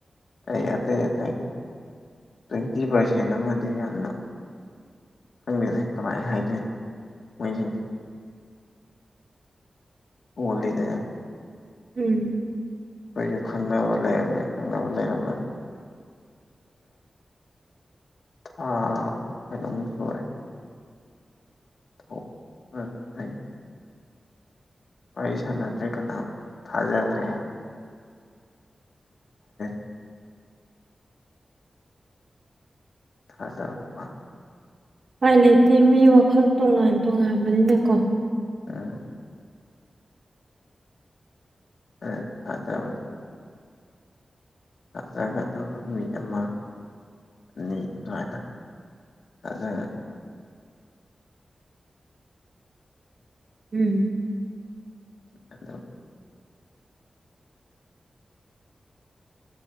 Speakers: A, on the left (about 75°); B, on the right (about 65°).
A: ꯑꯩ ꯑꯇꯩ ꯑꯇꯩꯒꯤ ꯇ꯭ꯋꯦꯟꯇꯤ ꯄꯥꯔꯁꯦꯟ ꯑꯃꯗꯤ ꯌꯥꯝꯅ ꯈꯪꯗ‌ꯦꯗ ꯀꯃꯥꯏ ꯍꯥꯏꯗꯣꯏꯅꯣ ꯃꯣꯏꯁꯤꯡꯁꯦ ꯑꯣꯠꯂꯤꯗ ꯌꯥꯝ
B: ꯎꯝ
A: ꯑꯩꯈꯣꯏꯁꯨ ꯈꯪꯅꯕ ꯂꯩꯔꯝꯃꯦ ꯈꯪꯅꯕ ꯂꯩꯔꯝꯃꯁꯨ ꯊꯥ ꯀꯩꯅꯣ ꯃꯨꯛ ꯁꯨꯔꯦ <unintelligible> ꯋꯥꯔꯤ ꯁꯥꯟꯅꯗ꯭ꯔꯦ ꯀꯅꯥꯝ ꯊꯥꯖꯗ꯭ꯔꯦ ꯑꯩ <unintelligible> ꯊꯥꯖꯕ ꯄꯥꯛ
B: ꯎꯄꯥꯏ ꯂꯩꯇꯦ ꯃꯤ ꯋꯥꯈꯜ ꯇꯣꯉꯥꯟ-ꯇꯣꯉꯥꯟꯕꯅꯤꯅꯀꯣ
A: ꯎꯝ <unintelligible> ꯊꯥꯖꯒꯗꯕ ꯃꯤ ꯑꯃ ꯅꯤ ꯑꯗꯨꯃꯥꯏꯅ ꯑꯗꯨꯒ
B: ꯎꯝ
A: ꯑꯗꯣ